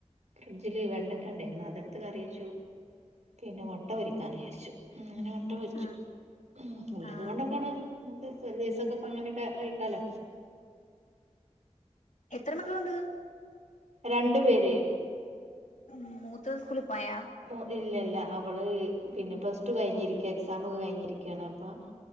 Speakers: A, on the right (about 70°); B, on the left (about 85°).
A: ഫ്രിഡ്ജില് വെണ്ടയ്ക്കണ്ടായിന്നു അതെടുത്ത് കറിവെച്ചു പിന്നെ മൊട്ട പൊരിക്കാന്ന് വിചാരിച്ചു ഉം അങ്ങനെ മൊട്ട പൊരിച്ചു
B: ആ
A: ഉം ഉള്ളത്
B: ആ
A: കൊണ്ടക്കാണ് നമുക്ക് ഒരു ദിവസൊക്കെ ഇപ്പൊ അങ്ങനെയൊക്കെ കഴിക്കാലോ
B: എത്ര മക്കളുണ്ട്?
A: രണ്ടു പേര്
B: ഉം മൂത്തത് സ്കൂളി പോയാ?
A: മൂ ഇല്ലല്ല അവള് പിന്നെ പ്ലസ് ടു കഴിഞ്ഞിരിക്ക എക്സാമൊകെ കഴിഞ്ഞിരിക്ക്യാണ് അപ്പൊ